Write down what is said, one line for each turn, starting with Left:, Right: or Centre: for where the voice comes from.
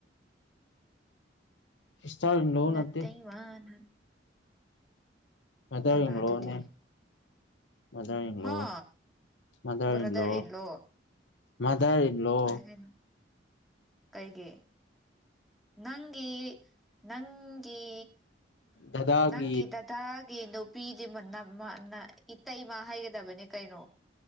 Left: ꯁꯤꯁꯇꯔ ꯏꯟ ꯂꯣ
Centre: ꯅꯥꯇꯩꯃꯅ
Left: ꯅꯠꯇꯦ ꯃꯥꯗ꯭ꯔ
Centre: ꯀꯅꯥ
Left: ꯏꯟꯂꯣꯅꯦ
Centre: ꯑꯗꯨꯗꯤ
Left: ꯃꯥꯗꯔ ꯏꯟ
Centre: ꯍꯥ
Left: ꯂꯣ mother
Centre: brother
Left: in law
Centre: in law
Left: mother in law
Centre: ꯀꯩ ꯍꯥꯏꯅꯣ ꯀꯩꯒꯤ ꯅꯪꯒꯤ ꯅꯪꯒꯤ
Left: ꯗꯗꯥꯒꯤ
Centre: ꯅꯪꯒꯤ ꯗꯗꯥ ꯒꯤ ꯅꯨꯄꯤꯗꯤ ꯃꯅꯝꯃ ꯅ ꯏꯇꯩꯃ ꯍꯥꯏꯒꯗꯕꯅꯦ ꯀꯩꯅꯣ